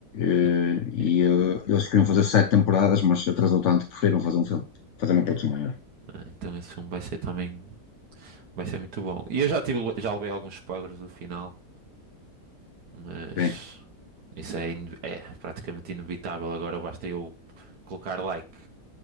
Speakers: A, on the left (about 55°); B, on the right (about 80°).
A: eh,
B: En- é,
A: e eh, eles queriam fazer sete temporadas, mas atrasou tanto que preferiram fazer um filme, fazer uma produção maior.
B: ah, Então esse filme vai ser também, vai ser muito bom. E eu já tive, já levei alguns spoilers do final, mas.
A: Bem,
B: Isso é, ine- é praticamente inevitável. Agora basta eu colocar like